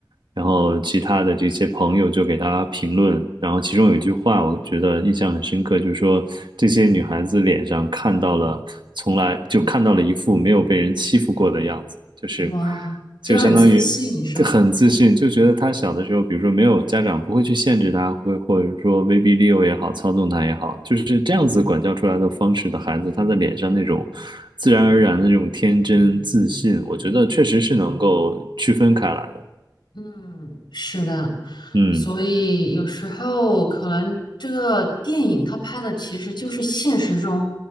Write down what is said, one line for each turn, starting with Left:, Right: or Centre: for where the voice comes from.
Right: 然后其他的这些朋友就给他评论，然后其中有一句话我觉得印象很深刻，就是说这些女孩子脸上看到了从来就看到了一副没有被人欺负过的样子，就是。
Left: 哇，就很自信是吧？
Right: 就相当于就很自信，就觉得他小的时候，比如说没有家长不会去限制他，会或者说威逼利诱也好，操纵他也好，就是这样子管教出来的方式的孩子，他的脸上那种自然而然的那种天真自信，我觉得确实是能够区分开来的。
Left: 嗯，是的，
Right: 嗯，
Left: 所以有时候可能这个电影它拍的其实就是现实中，